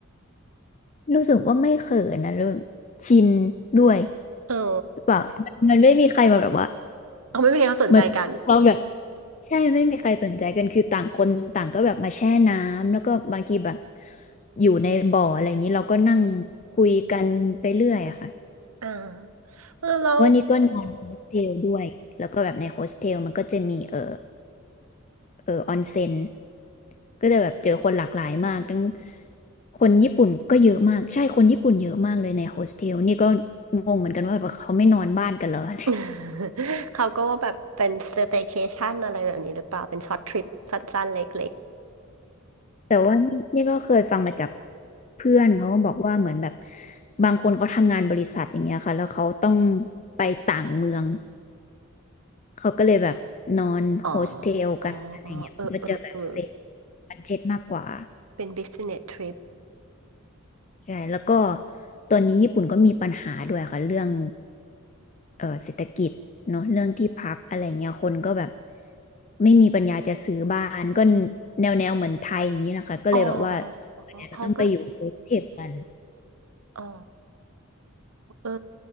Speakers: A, on the left; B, on the right.
A: รู้สึกว่าไม่เขินนะรู้ชินด้วย
B: อ๋อ
A: หรือเปล่ามันมันไม่มีใครมาแบบว่า
B: เอาไม่มีใครเขาสนใจกัน
A: มาเราแบบ ใช่ไม่มีใครสนใจกันคือต่างคนต่างก็แบบมาแช่น้ำแล้วก็บางทีแบบอยู่ในบ่ออะไรอย่างนี้เราก็นั่งคุยกันไปเรื่อยอะค่ะ
B: อ่าเออเรา
A: เพราะว่านี่ก็นอน <laughs> โฮสเทลด้วยแล้วก็แบบในโฮสเทลมันก็จะมีเออเออออนเซ็นก็จะแบบเจอคนหลากหลายมากทั้งคนญี่ปุ่นก็เยอะมากใช่คนญี่ปุ่นเยอะมากเลยในโฮสเทลนี่ก็งงเหมือนกันว่าแบบเขาไม่นอนบ้านกันเหรอ <laughs>
B: <laughs> เขาก็แบบเป็นสเต y c เคชันอะไรแบบนี้หรือเปล่าเป็นช็อตทริปสั้นๆเล็ก
A: แต่ว่านี่นี่ก็เคยฟังมาจากเพื่อนเขาก็บอกว่าเหมือนแบบบางคนเขาทำงานบริษัทอย่างเงี้ยค่ะแล้วเขาต้องไปต่างเมืองเขาก็เลยแบบนอนโฮสเทลกันอะไรเงี้ยมันก็จะแบบเซฟ
B: ๆอ๋ออ๋อเออเออเออ
A: บัดเจ็ตมากกว่า
B: เป็น business trip
A: ใช่แล้วก็ตอนนี้ญี่ปุ่นก็มีปัญหาด้วยค่ะเรื่องเออเศรษฐกิจเนาะเรื่องที่พักอะไรเงี้ยคนก็แบบไม่มีปัญญาจะซื้อบ้านก็แนวแนวเหมือนไทยอย่างนี้นะคะก็เลยแบบว่า
B: อ๋อเขาก็
A: ส่วนใหญ่ก็ต้องไปอยู่โฮสเทลกัน
B: อ๋อ เออ